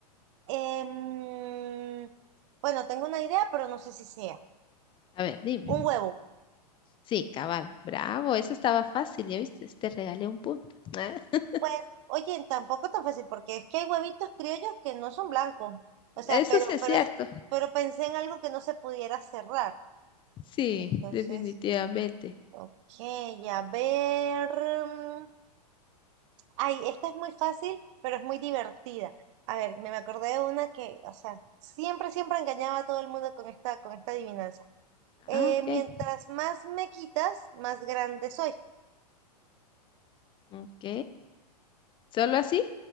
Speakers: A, on the right (about 45°); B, on the left (about 25°).
A: Em, bueno, tengo una idea, pero no sé si sea.
B: A ver, dime.
A: Un huevo.
B: Sí, cabal, bravo, eso estaba fácil, ya viste, te regalé un punto. <laughs>
A: Pues, oye, tampoco tan fácil, porque es que hay huevitos criollos que no son blancos. O sea,
B: Ah, Eso
A: pero,
B: sí es
A: pero,
B: cierto.
A: pero pensé en algo que no se pudiera cerrar.
B: Sí,
A: Entonces,
B: definitivamente.
A: ok, a ver. mm, Ay, esta es muy fácil, pero es muy divertida. A ver, me me acordé de una que, o sea, siempre, siempre engañaba a todo el mundo con esta, con esta adivinanza. Eh,
B: Ah, ok,
A: mientras más me quitas, más grande soy,
B: ok. ¿Solo así?